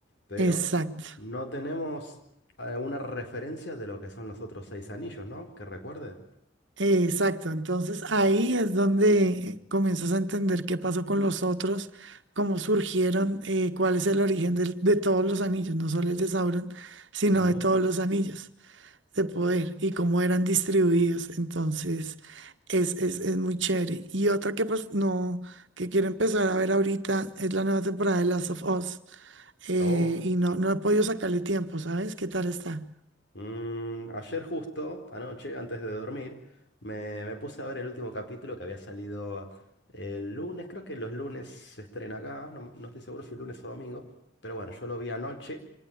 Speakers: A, on the left (about 60°); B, on the right (about 70°).
A: Pero
B: Exacto.
A: no tenemos eh, una referencia de lo que son los otros seis anillos, ¿no? Que recuerde.
B: Exacto. Entonces ahí es donde comienzas a entender qué pasó con los otros, cómo surgieron, eh, cuál es el origen del- de, todos los anillos, no solo el de Sauron, sino
A: Ujú.
B: de todos los anillos. de poder y cómo eran distribuidos. Entonces, es, es, es muy chévere. Y otra que pues no, que quiero empezar a ver ahorita es la nueva temporada de Last of Us. eh,
A: Oh.
B: y no, no he podido sacarle tiempo, ¿sabes? ¿Qué tal está?
A: Mm, ayer justo, anoche, antes de dormir, me, me puse a ver el último capítulo que había salido el lunes, creo que los lunes se estrena acá, no, no estoy seguro si lunes o domingo, pero bueno, yo lo vi anoche